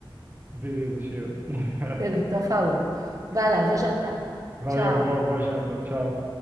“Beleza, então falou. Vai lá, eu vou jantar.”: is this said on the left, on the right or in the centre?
Right